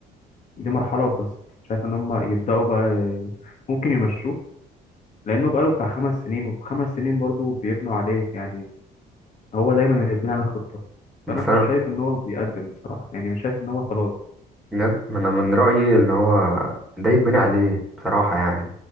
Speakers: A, on the left (about 45°); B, in the centre.
A: دي مرحلة وخلصت شايف ان هم يبدأوا بقى ي- ممكن يمشوه لانه بقاله بتاع خمس سنين وخمس سنين برضه بيبنوا عليه يعني هو دايما اللي بيبني على الخطة
B: مثلا
A: فانا مش شايف ان هو بيقدم بصراحة يعني مش شايف ان هو خلاص
B: بجد انا من رايي ان هو ده يتبني عليه بصراحه يعني